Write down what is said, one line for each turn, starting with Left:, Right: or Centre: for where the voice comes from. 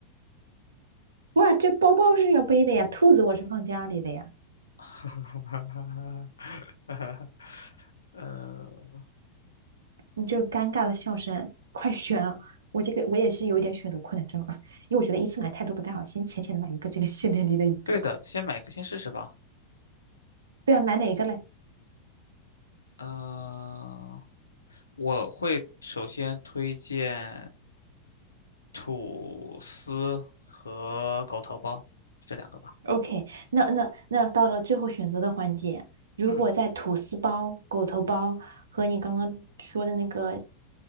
Right: 哇，这包包是要背的呀，兔子我是放家里的呀。
Left: <laughs> 呃，
Right: 你这个尴尬的笑声，快选啊！我这个我也是有一点选择困难症啊，因为我觉得一次买太多不太好，先浅浅的买一个这个系列里的一个。
Left: 对的，先买一个先试试吧。
Right: 对啊，买哪一个嘞？
Left: 嗯。我会首先推荐吐司和狗头包这两个吧。
Right: OK，那那那到了最后选择的环节，如果在吐司包、
Left: 嗯，
Right: 狗头包和你刚刚说的那个